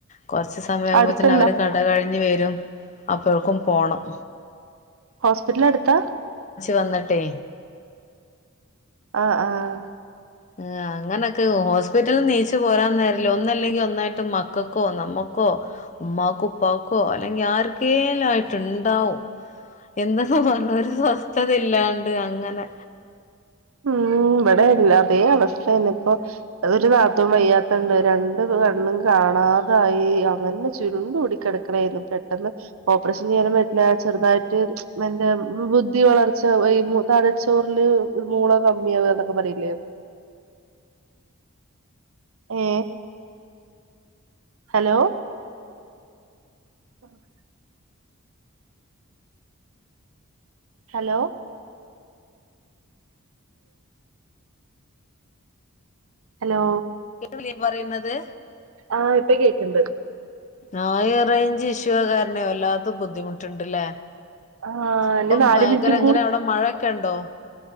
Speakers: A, on the left; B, on the right.
A: കുറച്ച് സമയവുമ്പോത്ത്ന്
B: അടുത്തുണ്ടോ
A: അവര് കട കഴിഞ് വരും അപ്പോക്കും പോണം
B: ഹോസ്പിറ്റല് അടുത്താ
A: വന്നിട്ടെ
B: ആഹ ആഹ
A: ആ അങ്ങനൊക്കെ ഹോസ്പിറ്റലില് നീച്ചു പോരാ നേരില്ല ഒന്നല്ലെങ്കി ഒന്നായിട്ട് മക്കക്കോ നമ്മക്കോ ക്കോ ഉമ്മാക്കോ ഉപ്പാക്കോ അല്ലെങ്കി ആർക്കെല്ല ആയിട്ട്ണ്ടാവും എന്ത് പറഞ്ഞ് ഒരു സ്വസ്ഥത ഇല്ലാണ്ട് അങ്ങനെ
B: ഉം ഇവിടെല്ല അതേ അവസ്ഥയന്നെ ഇപ്പൊ ഒരു വാത്തുംവയ്യാത്തണ്ട് രണ്ട് കണ്ണും കാണാതായി അങ്ങനെ ചുരുണ്ടുടിക്കടക്ക്ണേന്നു പെട്ടന്ന് ഓപ്രഷൻ ചെയ്യ പറ്റ്‌ല ചെറുതായിട്ട് എന്റെ ബുദ്ധി വളർച്ച തലച്ചോറർല് മൂള കമ്മിയാവന്നൊക്കെ പറിലേ ഏ ഹലോ <inaudible> ഹലോ അലോ
A: <unintelligible> പറയുന്നത്
B: ആഹ ഇപ്പ കേക്ക്ണ്ട്
A: നായ റേഞ്ച് ഇഷ്യു കാര്ണെ വല്ലാത്ത ബുദ്ധിമുട്ട്ണ്ടല്ലേ?
B: ആഹ്
A: അപ്പം
B: ഇനി നാല്
A: ഭയങ്കര
B: മിനിറ്റും
A: എങ്ങനെ അവിടെ മഴൊക്കെ ണ്ടോ?